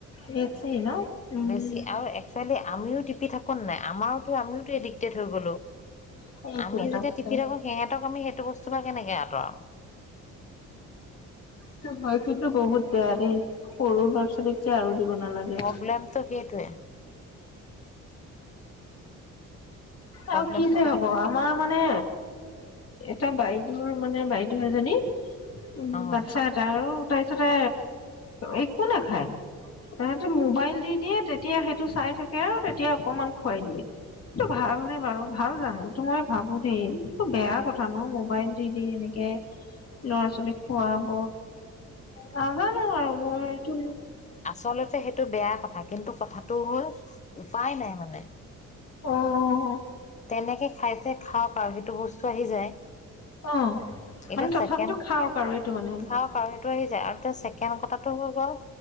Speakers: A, on the left; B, on the left.
A: বেছি ন, উম।
B: বেছি আৰু একচুৱেলি আমিও টিপি থাকো নাই আমাৰ কি আমিয়ো টো এডিক্টেড হৈ গলো।
A: সেইটো
B: আমি
A: এটা
B: যেতিয়া
A: কথা।
B: টিপি থাকো সিহঁতক আমি সেইটো বস্তু।। চোপা কেনেকে আঁতৰাম
A: কিন্তু মই কিন্তু বহুত বেয়া দেই সৰু ল'ৰা ছোৱালীক যে আৰু।। দিব নালাগে।
B: প্ৰব্লেমটো সেইটোৱে প্ৰব্লেমটো
A: আৰু কি যে
B: কেনে
A: হ'ব আমাৰ মানে তাইৰ বাইদেউৰ মানে বাইদেউ এজনী উম,
B: অ
A: বাটচা এটা অ'। তাৰ পিছতে একো নাখায়, তাইৰ হাতত মোবাইল দি দিয়ে তেতিয়া সেইটো চাই থাকে অ তেতিয়া অকমান খুৱাই দিয়ে সেইটো ভাল বাৰু ভাল জানো সেইটো মই ভাবো দেই সেইটো বেয়া কথা ন' মোবাইল দি দি এনেকে ল'ৰা ছোৱালীক খুৱাব নাজানো আৰু মইটো
B: আচলতে সেইটো বেয়া কথা। কিন্তু কথাটো হ'ল উপায় নাই মানে।
A: অ'।
B: তেনেকে খাইছে খাওক আৰু সেইটো বস্তু আহি যায়
A: অ
B: এতিয়া
A: মানে তথাপিতো
B: ছেকেণ্ড
A: খাওক আৰু এইটো মানে
B: খাওঁক আৰু সেইটো আহি যায় আৰু এতিয়া ছেকেণ্ড কথাটো হৈ গ'ল